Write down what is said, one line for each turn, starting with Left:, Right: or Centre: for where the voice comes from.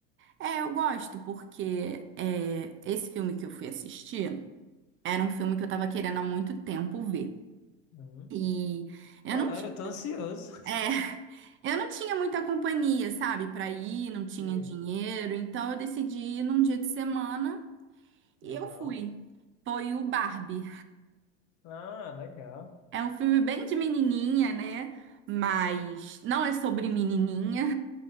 Right: É, eu gosto porque é, esse filme que eu fui assistir era um filme que eu tava querendo há muito tempo ver.
Left: Uhum.
Right: E eu
Left: Qual
Right: não
Left: era?
Right: tinha,
Left: Eu tô ansioso.
Right: é, <laughs> eu não tinha muita companhia, sabe, Pra ir, não tinha
Left: <laughs> Ei,
Right: dinheiro, então eu decidi ir num dia de semana e
Left: legal.
Right: eu fui. Foi o Barbie.
Left: Ah, legal.
Right: É um filme bem de menininha, né? Mas não é sobre menininha.